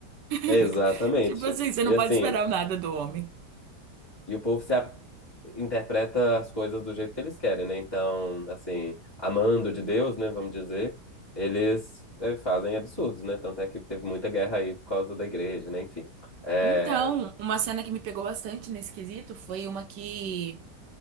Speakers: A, on the left (about 15°); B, on the right (about 85°).
A: Exatamente.
B: <laughs> Tipo assim, você não
A: E assim,
B: pode esperar nada do homem.
A: e o povo se a- interpreta as coisas do jeito que eles querem, né? Então, assim, amando de Deus, né, vamos dizer, eles é, fazem absurdos, né? Tanto é que teve muita guerra aí por causa da igreja, né? Enfim. É,
B: Então, uma cena que me pegou bastante nesse quesito foi uma que